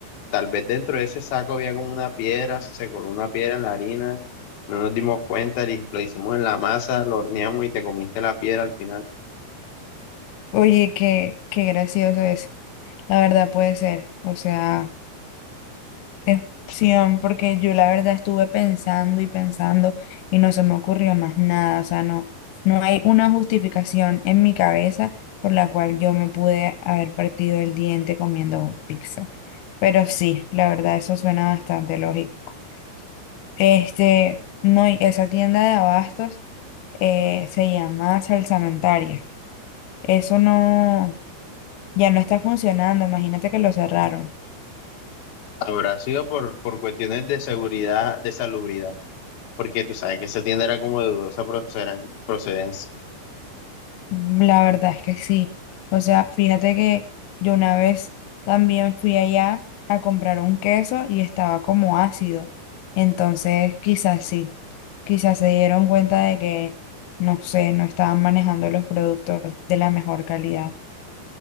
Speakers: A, on the left; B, on the left.
A: Tal vez dentro de ese saco había como una piedra, se coló una piedra en la harina, no nos dimos cuenta, li- lo hicimos en la masa, lo horneamos y te comiste la piedra al final.
B: Oye, qué, qué gracioso es. La verdad puede ser. O sea, es opción porque yo la verdad estuve pensando y pensando y no se me ocurrió más nada. O sea, no, no hay una justificación en mi cabeza por la cual yo me pude haber partido el diente comiendo pizza. Pero sí, la verdad, eso suena bastante lógico. Este, no, y esa tienda de abastos eh, se llama Salsamentaria. Eso no. ya no está funcionando, imagínate que lo cerraron.
A: Habrá sido por, por cuestiones de seguridad, de salubridad, porque tú sabes que esa tienda era como de dudosa procedan- procedencia.
B: Mm, La verdad es que sí. O sea, fíjate que yo una vez también fui allá a comprar un queso y estaba como ácido. Entonces, quizás sí, quizás se dieron cuenta de que, no sé, no estaban manejando los productos de la mejor calidad.